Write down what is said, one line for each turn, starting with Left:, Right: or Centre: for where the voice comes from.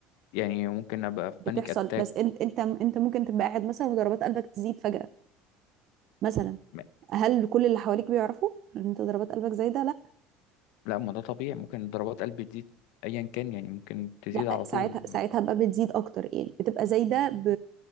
Left: يعني ممكن ابقى في
Right: بتحصل
Left: بانيك اتاك
Right: بس انت انت انت ممكن تبقى قاعد مثلا وضربات قلبك تزيد فجأة مثلا
Left: م-
Right: هل كل اللي حواليك بيعرفوا ان انت ضربات قلبك زايده لا
Left: لا ما ده طبيعي ممكن ضربات قلبي تزيد ايا كان يعني ممكن تزيد
Right: لا
Left: على
Right: ساعتها
Left: طول
Right: ساعتها بقى بتزيد اكتر يعني بتبقى زايده ب